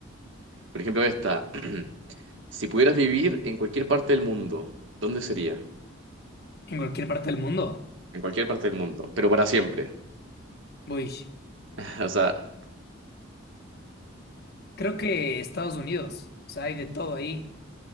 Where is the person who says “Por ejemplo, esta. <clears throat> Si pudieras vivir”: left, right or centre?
Right